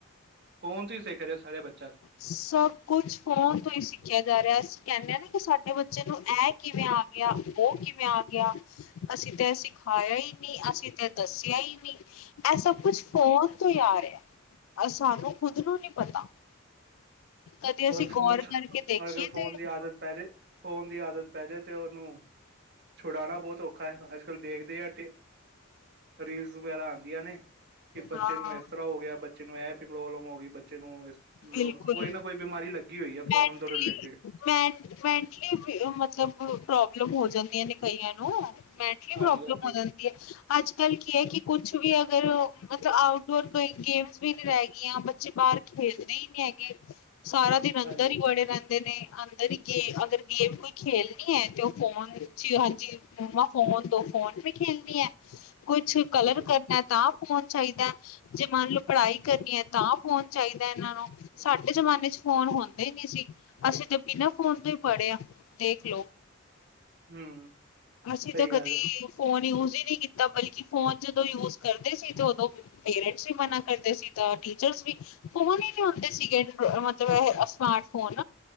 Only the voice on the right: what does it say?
ਫੌਨ ਤੋਂ ਹੀ ਸਿੱਖ ਰਿਹਾ ਸਾਰੇ ਬੱਚਾ
ਹੋਰ
ਫੋਨ
ਚ
ਅਗਰ ਫੋਨ
ਦੀ ਆਦਤ ਪੈ ਜਾਏ ਫੋਨ ਦੀ ਆਦਤ ਪੈ ਜਾਏ, ਤੇ ਉਹਨੂੰ ਛੁਡਾਉਣਾ ਬਹੁਤ ਔ ਔਖਾ ਅੱਜ-ਕੱਲ੍ਹ ਦੇਖਦੇ ਆ ਰੀਲਸ ਵਗੈਰਾ ਆਉਂਦੀਆਂ ਨੇ ਕਿ ਬੱਚੇ
ਨੂੰ ਇਸ ਤਰ੍ਹਾਂ ਹੋ ਗਿਆ, ਬੱਚੇ ਨੂੰ ਇਹ ਵੀ ਪ੍ਰੋਬਲਮ ਹੋ ਗਈ, ਬੱਚੇ ਨੂੰ ਇਸ ਮਤਲਬ
ਕੋਈ ਨਾ ਕੋਈ ਬਿਮਾਰੀ ਲੱਗੀ ਹੋਈ ਹੈ, ਫੋਨ
ਤੋਂ ਰਿਲੇਟਿਡ।
ਹਾਂਜੀ
ਹਾਂਜੀ
ਹਾਂਜੀ
ਹਾਂਜੀ
ਹਮ।
ਸਹੀ
ਗੱਲ ਆ